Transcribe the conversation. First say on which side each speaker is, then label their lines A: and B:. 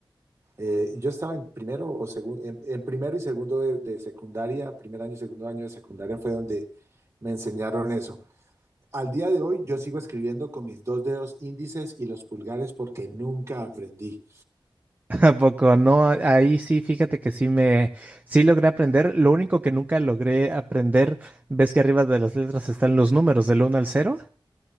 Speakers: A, on the right; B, on the right.
A: Eh, yo estaba en primero o segundo, en, en primero y segundo de, de secundaria, primer año y segundo año de secundaria fue donde me enseñaron eso. Al día de hoy yo sigo escribiendo con mis dos dedos índices y los pulgares porque nunca aprendí.
B: ¿A poco? No, ahí sí, fíjate que sí me, sí logré aprender. Lo único que nunca logré aprender, ves que arriba de las letras están los números del uno al cero